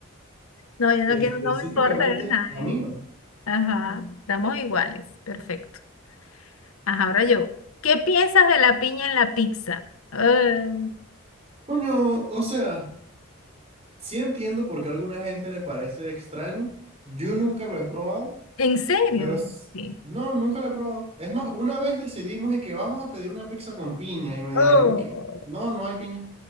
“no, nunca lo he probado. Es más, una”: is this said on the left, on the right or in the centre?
Right